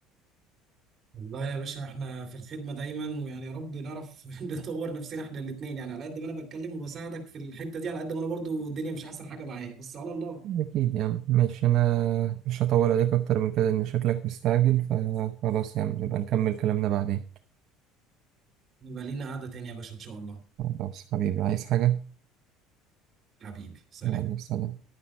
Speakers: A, on the right (about 25°); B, on the right (about 40°).
A: والله يا باشا احنا في الخدمة دايما ويعني يا رب نعرف <laughs> نطور نفسنا احنا الاتنين يعني على قد ما انا بتكلم وبساعدك في الحتة دي على قد ما انا برضو الدنيا مش احسن حاجة معايا بس على الله
B: اكيد يا عم ماشي انا مش هطول عليك اكتر من كده ان شكلك مستعجل فخلاص يا عم نبقى نكمل كلامنا بعدين
A: يبقى لينا قعدة تانية يا باشا إن شاء الله
B: خلاص حبيبي عايز حاجة
A: حبيبي سلام
B: يلا سلام